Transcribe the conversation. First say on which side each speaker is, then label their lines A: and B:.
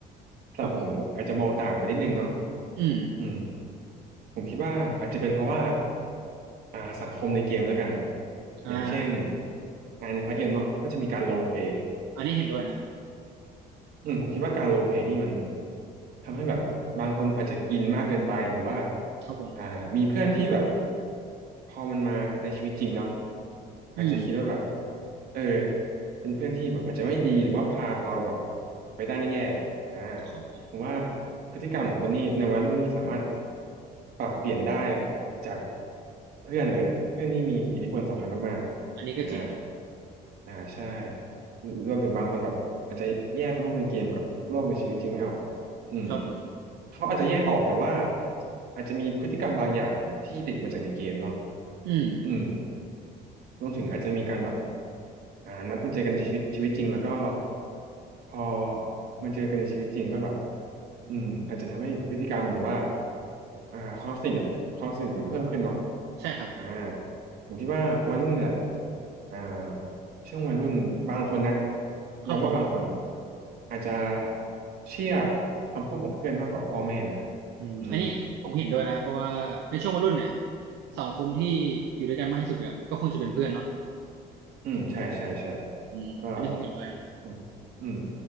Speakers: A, on the right (about 65°); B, on the right (about 80°).
A: สำหรับผมอาจจะมองต่างไปนิดนึงเนาะ
B: ครับผมอืม
A: อืมผมคิดว่าอาจจะเป็นเพราะว่าอ่าสังคมในเกมแล้วกัน
B: อ่า
A: อย่างเช่นงานในพาร์ทเอ็มเนาะก็จะมีการโลเพลย์
B: อันนี้เห็นด้วยนะ
A: อืมผมคิดว่าการโรลเพลย์นี่มันทำให้แบบบางคนอาจจะอินมากเกินไปหรือว่า
B: ครับผม
A: อ่ามีเพื่อนที่แบบพอมันมาในชีวิตจริงเนาะอาจจะคิดว่าแบบ
B: อืม
A: เออเป็นเพื่อนที่แบบอาจจะไม่ดีหรือว่าพาเราแบบไปด้านแย่ๆอ่า
B: ครับผม
A: ผมว่าพฤติกรรมของคนนี่ในวัยรุ่นนี่สามารถปรับเปลี่ยนได้จากเพื่อนเลยเพื่อนนี่มีอิทธิพลสำคัญมากๆอ่า
B: อันนี้ก็จริงนะ
A: อ่าใช่ รวมถึงบางคนแบบอาจจะแยกโลกในเกมกับโลกในชีวิตจริงไม่ออกอืม
B: ครับผม
A: เขาอาจจะแยกออกแต่ว่าอาจจะมีพฤติกรรมบางอย่างที่ติดมาจากในเกมเนาะ
B: อืม
A: อืม รวมถึงอาจจะมีการแบบอ่านัดมาเจอกันในชีวิตชีวิตจริงแล้วก็พอมาเจอกันในชีวิตจริงก็แบบอืมอาจจะทำให้พฤติกรรมหรือว่าอ่าความสนิทอะความสนิทมันก็เพิ่มขึ้นเนาะ
B: ใช่ครับ
A: อ่าผมคิดว่าวัยรุ่นเนี่ยอ่าช่วงวัยรุ่นบางคนนะ
B: ครับผม
A: ย้ำว่าบางคนอาจจะเชื่อคำพูดของเพื่อนมากกว่าพ่อแม่นะ
B: อืมอันนี้ผมเห็นด้วยนะเพราะว่าในช่วงวัยรุ่นเนี่ย
A: อืม
B: สังคมที่อยู่ด้วยกันมากที่สุดก็ก็คงจะเป็นเพื่อนเนาะ
A: อืมใช่ใช่ใช่
B: อืมอันนี้ผมเห็นด้วยนะ
A: ก็ ผมอืม